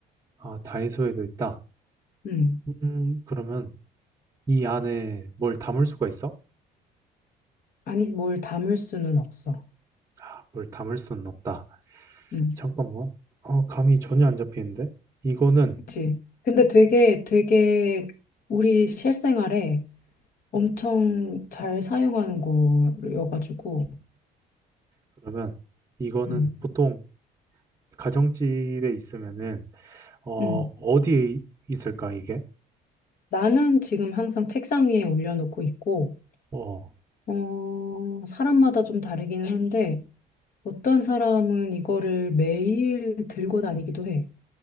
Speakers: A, on the right (about 20°); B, on the left (about 55°).
A: 아, 다이소에도 있다.
B: 음.
A: 음, 그러면 이 안에 뭘 담을 수가 있어?
B: 아니, 뭘 담을 수는 없어.
A: 아, 뭘 담을 수는 없다.
B: 음.
A: 잠깐만. 아, 감이 전혀 안 잡히는데? 이거는,
B: 그치. 근데 되게, 되게 우리 실생활에 엄청 잘 사용하는 거여가지고,
A: 그러면 이거는
B: 음.
A: 보통 가정집에 있으면은, 어,
B: 음.
A: 어디에 있을까, 이게?
B: 나는 지금 항상 책상 위에 올려놓고 있고,
A: 어,
B: 어, 사람마다 좀 다르기는 한데, 어떤 사람은 이거를 매일 들고 다니기도 해.